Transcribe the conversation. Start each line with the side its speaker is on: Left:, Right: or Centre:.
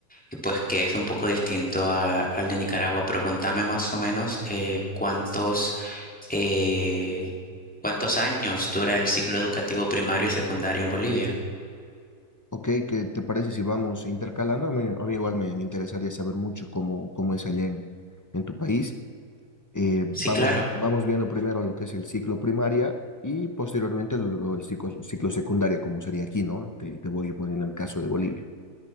Centre: y pues que es un poco distinto a- al de Nicaragua, pero contame más o menos eh, cuántos, eh, cuántos años dura el ciclo educativo primario y secundario en Bolivia.
Left: Ok, ¿qué te parece si vamos intercalando? A mí, a mí igual me, me interesaría saber mucho cómo, cómo es allá en, en tu país. Eh,
Centre: Sí,
Left: vamos,
Centre: claro.
Left: vamos viendo primero lo que es el ciclo primaria y posteriormente lo- lo- el ciclo, ciclo secundaria, como sería aquí, ¿no? Te, te voy poniendo el caso de Bolivia.